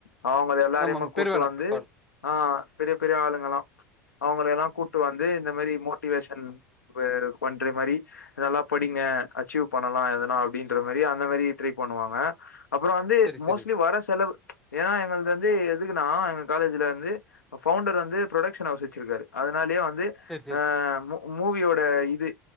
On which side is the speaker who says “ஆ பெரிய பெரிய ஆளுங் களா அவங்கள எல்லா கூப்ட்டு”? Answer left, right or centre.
Left